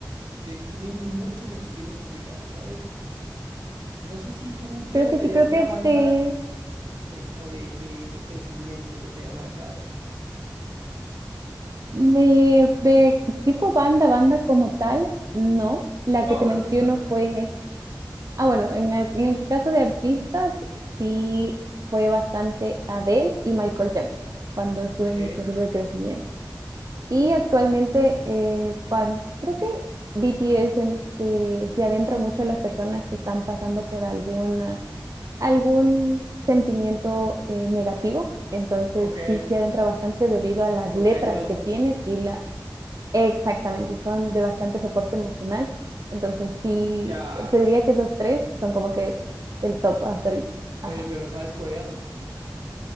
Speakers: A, on the right; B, on the right.
A: definen mucho mi estilo musical, ¿sabes? No sé si tú tienes
B: Creo que
A: ahí
B: sí, creo
A: alguna
B: que
A: banda
B: de,
A: de como de, de tu crecimiento que te haya marcado.
B: me, me- tipo banda, banda como tal, no, la
A: No,
B: que te
A: artistas
B: menciono
A: también.
B: fue en, es- ah, bueno, en el, en el caso de artistas, sí fue bastante Adele y Michael Jackson cuando estuve
A: Ok,
B: en mi proceso de crecimiento.
A: sí,
B: Y
A: sí.
B: actualmente, eh, cuan- creo que BTS en- se, se adentra mucho a las personas que están pasando por alguna, algún sentimiento eh, negativo. Entonces,
A: Ok,
B: sí se adentra bastante debido a las
A: como
B: letras
A: que ayuda mucho.
B: que tiene y la, exactamente, son de bastante soporte emocional. Entonces, sí,
A: Ya.
B: eh, te diría que esos tres son como que el top hasta ahorita.
A: Oye,
B: Ajá.
A: pero ¿sabes coreano?